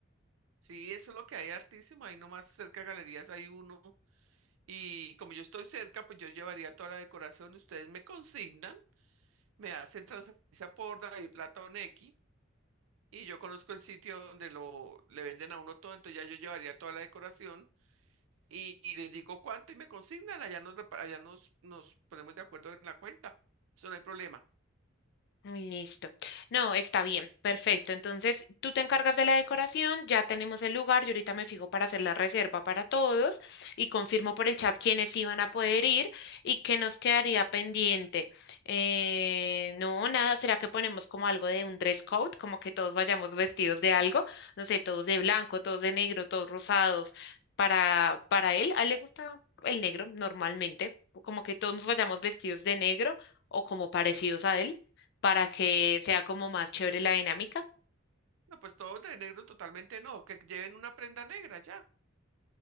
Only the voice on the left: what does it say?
Listo. No, está bien, perfecto. Entonces, tú te encargas de la decoración, ya tenemos el lugar, yo ahorita me fijo para hacer la reserva para todos y confirmo por el chat quiénes iban a poder ir y qué nos quedaría pendiente. Eh, no, nada, ¿será que ponemos como algo de un dress code? Como que todos vayamos vestidos de algo, no sé, todos de blanco, todos de negro, todos rosados. Para, para él, a él le gusta el negro normalmente, como que todos nos vayamos vestidos de negro o como parecidos a él para que sea como más chévere la dinámica.